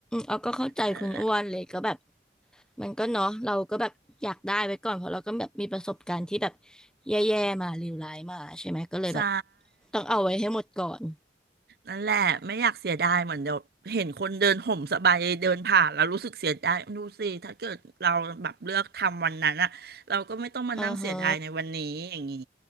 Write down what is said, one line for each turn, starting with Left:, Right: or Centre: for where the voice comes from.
Centre: เอาก็เข้าใจคุณอ้วนเลยก็แบบ
Right: นั่นแหละ
Centre: มันก็เนาะเราก็แบบอยากได้ไว้ก่อนเพราะเราก็แบบมีประสบการณ์ที่แบบแย่ๆมาเลวร้ายมาใช่ไหมก็เลยแบบ
Right: ใช่
Centre: ต้องเอาไว้ให้หมดก่อน
Right: นั่นแหละไม่อยากเสียดายเหมือนเดี๋ยวเห็นคนเดินห่มสบายเดินผ่านแล้วรู้สึกเสียดายดูสิถ้าเกิดเราแบบเลือกทำวันนั้นอะเราก็ไม่ต้องมานั่งเสียดายในวันนี้อย่างนี้
Centre: เออฮะ